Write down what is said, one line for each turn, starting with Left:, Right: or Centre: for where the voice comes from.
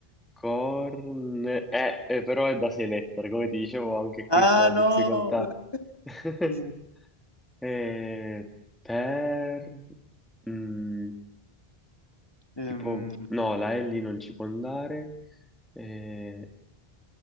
Centre: Corn... Eh, eh, però è da 6 lettere, come ti dicevo anche
Left: Ah,
Centre: qui sta la
Left: no!
Centre: difficoltà. <laughs>
Left: Eh,
Centre: Eh, per... mm,
Left: ehm,
Centre: tipo... No, la L non ci può andare. Eh,